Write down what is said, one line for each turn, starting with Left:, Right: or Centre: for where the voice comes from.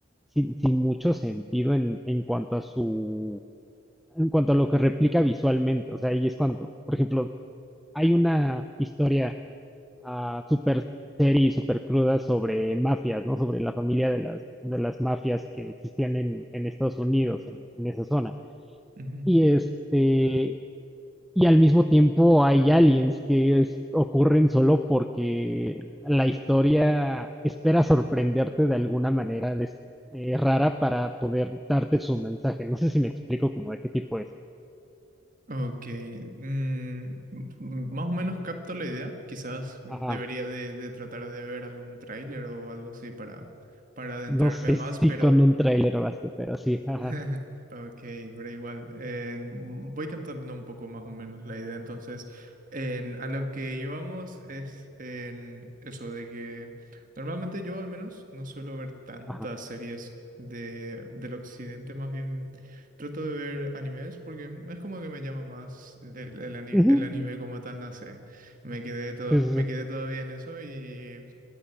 Centre: sin, sin mucho sentido en, en cuanto a su, en cuanto a lo que replica visualmente, o sea, ahí es cuando, por ejemplo, hay una historia a super serie super cruda sobre mafias, ¿no? Sobre la familia de las, de las mafias que existían en, en Estados Unidos, en, en, esa zona.
Right: ujú,
Centre: Y este, y al mismo tiempo hay aliens que es, ocurren solo porque la historia espera sorprenderte de alguna manera de, eh, rara para poder darte su mensaje. No sé si me explico como de qué tipo es.
Right: Ok. mm, m- más o menos capto la idea. Quizás mm,
Centre: Ajá.
Right: debería de, de tratar de ver algún tráiler o algo así para, para adentrarme
Centre: No sé
Right: más,
Centre: si
Right: pero.
Centre: con un tráiler baste, pero sí, ajá,
Right: <laughs> Ok, pero igual, eh, mm, voy cantando un poco más o menos la idea. Entonces, en- a lo que íbamos es en eso de que normalmente yo al menos no suelo ver tantas
Centre: ajá.
Right: series de, del occidente, más bien trato de ver animes porque es como que me llama más el, el ani-
Centre: Uh -huh.
Right: el anime como tal, no sé. Me quedé, to-
Centre: sí, sí,
Right: me
Centre: sí.
Right: quedé todavía en eso y